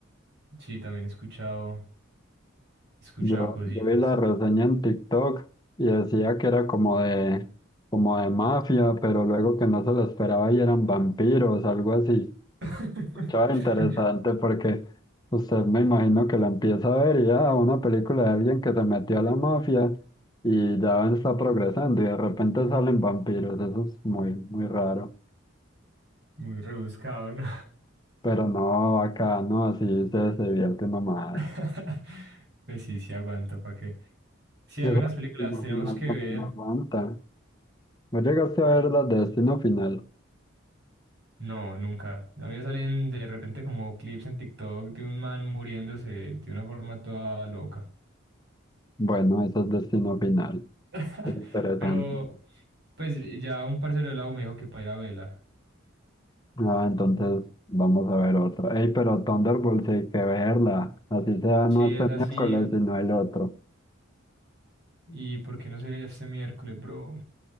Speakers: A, on the right (about 55°); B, on the left (about 20°).
A: Sí, también he escuchado, he escuchado
B: Yo,
A: cositas.
B: yo vi la reseña en TikTok y decía que era como de, como de mafia, pero luego que no se lo esperaba y eran vampiros, algo así.
A: <laughs>
B: Estaba interesante porque usted me imagino que la empieza a ver y ya una película de alguien que se metió a la mafia y ya está progresando y de repente salen vampiros. Eso es muy, muy raro.
A: Muy rebuscado, ¿no?
B: Pero no, acá no, así se, se divierte nomás.
A: <laughs> Pues sí, sí aguanta, ¿para qué? Sí, hay
B: Eso
A: buenas películas,
B: Destino
A: tenemos
B: Final
A: que
B: también
A: ver.
B: me aguanta. ¿Vos llegaste a ver las de Destino Final?
A: No, nunca. A mí me salen de repente como clips en TikTok de un man muriéndose de una forma toda loca.
B: Bueno, eso es Destino Final.
A: <laughs>
B: Es interesante.
A: Pero, pues ya un parcero de la U me dijo que para ir a vela.
B: Ah, entonces vamos a ver otra. Ey, pero Thunderbolt sí hay que verla. Así sea, no
A: Sí,
B: este
A: es así.
B: miércoles, sino el otro.
A: ¿Y por qué no sería este miércoles, bro?